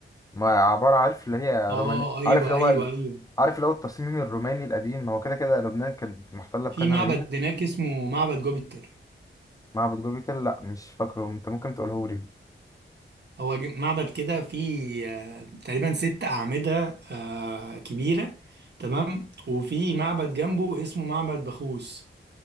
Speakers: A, on the left (about 15°); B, on the right (about 55°).
A: ما عبارة عارف اللي هي
B: اه
A: روماني
B: ايوه
A: عارف اللي هو
B: ايوه
A: ال...
B: ايوه
A: عارف اللي هو التصميم الروماني القديم ما هو كده كده لبنان كانت محتلة بكذا
B: في معبد
A: مدينة
B: هناك اسمه معبد جوبيتر
A: معبد جوبي تل لا مش فاكره انت ممكن تقوله لي
B: هو ج- معبد كده فيه آه، تقريبا ست أعمدة آه، كبيرة تمام وفي معبد جنبه اسمه معبد بخوس